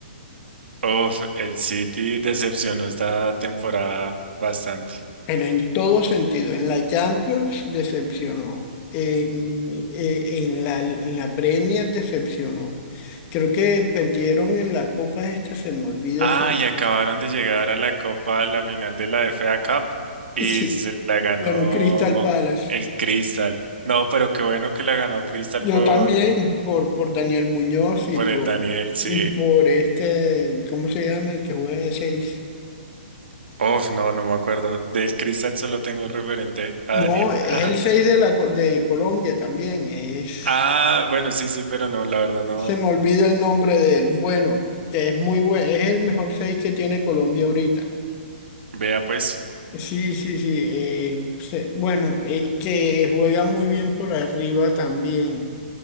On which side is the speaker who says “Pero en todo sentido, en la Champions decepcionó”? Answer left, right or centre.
Left